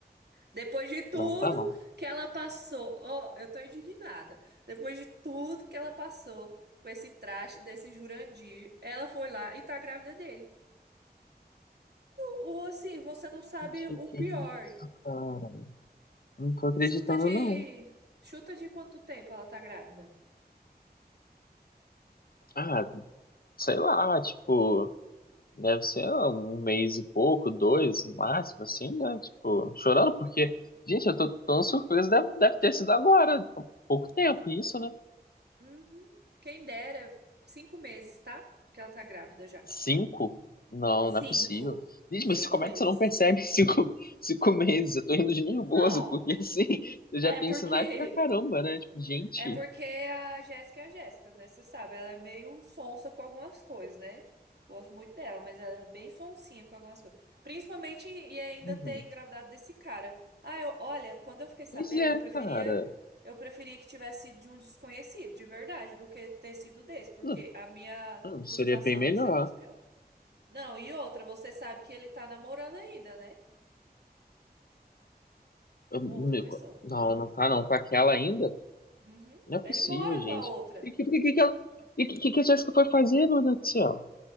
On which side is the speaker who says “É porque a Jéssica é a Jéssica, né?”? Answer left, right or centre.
Right